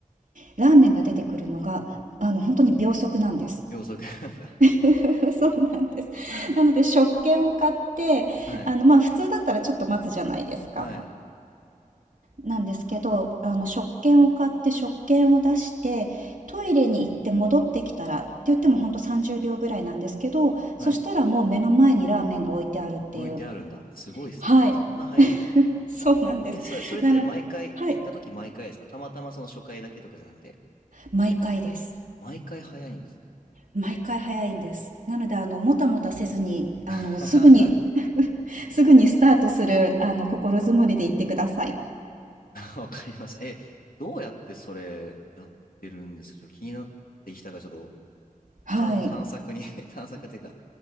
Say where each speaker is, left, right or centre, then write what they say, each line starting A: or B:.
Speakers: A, on the right (about 65°); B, on the left (about 80°).
A: ラーメンが出てくるのが、あの、本当に秒速なんです。
B: 秒速なんだ。
A: <laughs> そうなんです。
B: <laughs>
A: なので食券を買って、
B: はい、
A: あの、まあ普通だったらちょっと待つじゃないですか。
B: はい、
A: なんですけど、あの食券を買って食券を出して、トイレに行って戻ってきたらって言ってもほんと30秒ぐらいなんですけど、
B: はい。
A: そしたらもう目の前にラーメンが置いてあるっていう。
B: 置いてあるんだ。すごいですね。
A: はい、
B: そんな早いんだ。
A: そうなんです。
B: え、それ、それって毎回、
A: なのはい、
B: 行った時毎回ですかたまたまその初回だけとかじゃなくて、
A: 毎回です。
B: あ毎回早いんですね。
A: 毎回早いんです。なので、あの、もたもたせずに、あの、
B: <laughs>
A: すぐに <laughs> すぐにスタートする、あの、心づもりで行ってください。
B: わかりました。え、どうやってそれやってるんですかちょっと気になってきたから、ちょっと
A: はい。
B: 探、探索に <laughs> 探索っていうか、